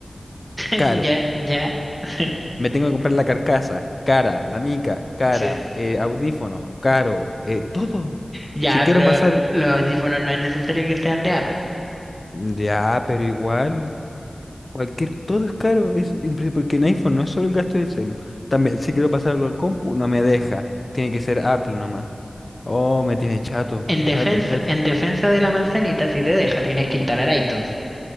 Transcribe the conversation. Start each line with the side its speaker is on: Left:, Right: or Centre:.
Centre: <laughs>
Left: caro.
Centre: Ya, ya. <laughs>
Left: Me tengo que comprar la carcasa, cara, la mica, cara,
Centre: Sí.
Left: eh, audífonos, caro, eh, todo.
Centre: Ya,
Left: Si quiero
Centre: pero
Left: pasar,
Centre: los audífonos no es necesario que sean de Apple.
Left: ya, pero igual, cualquier, todo es caro, es impre- porque en iPhone no es solo el gasto del celu. También, si quiero pasar algo al compu, no me deja. Tiene que ser Apple nomás. Oh, me tiene chato,
Centre: En
Left: chato,
Centre: defensa,
Left: chato.
Centre: en defensa de la manzanita, si te deja, tienes que instalar iTunes.